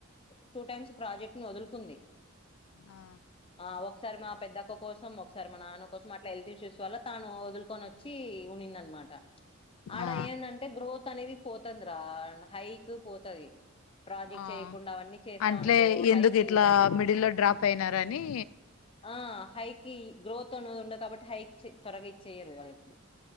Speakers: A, on the left; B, on the left.
A: ట్వ టైమ్స్ ప్రాజెక్ట్ నీ వదులుకుంది
B: ఆ
A: ఆ ఒకసారి మా పెద్దక్క కోసం ఒకసారి మా నాన్న కోసం అట్లా హెల్త్ ఇష్యూస్ వల్ తాను వదులుకొని వచ్చి ఉన్నిందనమాట ఆడ
B: ఆ
A: ఏందంటే గ్రోత్ కనీ ఇది పోతంద్ర హైక్ పోతది ప్రాజెక్ట్
B: ఆ
A: చేయకుండా అవన్నీ చేస్తా
B: అంట్లే
A: అనుకో
B: ఎందుకు
A: హైక్
B: ఇట్లా
A: ఈయడమే
B: మిడిల్ లో డ్రాప్ అయినారని
A: ఆ హైక్ గ్రోత్ అన్నది ఉండదు కాబట్టి హైక్ త్వరగా ఇచ్చేయ్యరు వాళ్లకి